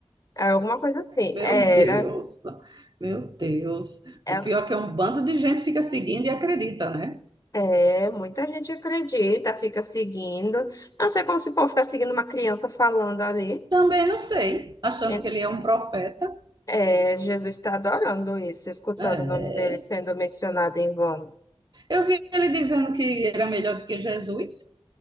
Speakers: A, on the left; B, on the right.
A: Era alguma coisa assim.
B: Meu
A: Era.
B: Deus, meu Deus.
A: É,
B: O pior é que é um bando de gente fica seguindo e acredita, né?
A: é, muita gente acredita, fica seguindo. Não sei como se o povo fica seguindo uma criança falando ali.
B: Também não sei, achando
A: É,
B: que ele é um profeta.
A: é, Jesus está adorando isso, escutando
B: É.
A: o nome dele sendo mencionado em vão.
B: Eu vi ele dizendo que era melhor do que Jesus.